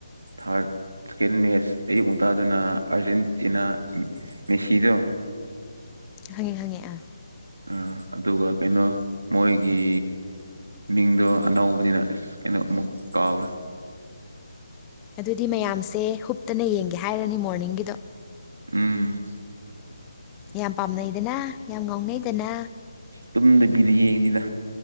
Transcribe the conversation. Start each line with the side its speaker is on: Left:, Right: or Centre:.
Right: ꯊꯥꯔꯠ ꯁꯦꯀꯦꯟ ꯃꯦꯠꯁ ꯑꯌꯨꯛ ꯉꯨꯟꯇꯥꯗꯨꯅ ꯑꯥꯔꯖꯦꯟꯇꯤꯅꯥ ꯃꯦꯁꯤꯗꯣ
Left: ꯍꯪꯉꯦ ꯍꯪꯉꯦ ꯑꯥ
Right: ꯑ ꯑꯗꯨꯒ ꯀꯩꯅꯣ ꯃꯣꯏꯒꯤ ꯃꯤꯡꯗꯣ ꯑꯅꯧꯕꯅꯤꯅ ꯑꯁ ꯀꯩꯅꯣ ꯑꯃꯨꯛ ꯀꯥꯎꯋꯦ꯫
Left: ꯑꯗꯨꯗꯤ ꯃꯌꯥꯝꯁꯦ ꯍꯨꯞꯇꯅ ꯌꯦꯡꯒꯦ ꯍꯥꯏꯔꯅꯤ ꯃꯣꯔꯅꯤꯡꯒꯤꯗꯣ
Right: ꯎꯝ
Left: ꯌꯥꯝ ꯄꯥꯝꯅꯩꯗꯅ ꯌꯥꯝ ꯉꯥꯎꯅꯩꯗꯅ
Right: ꯇꯨꯝꯗꯕꯤꯗ ꯌꯦꯡꯉꯤꯗ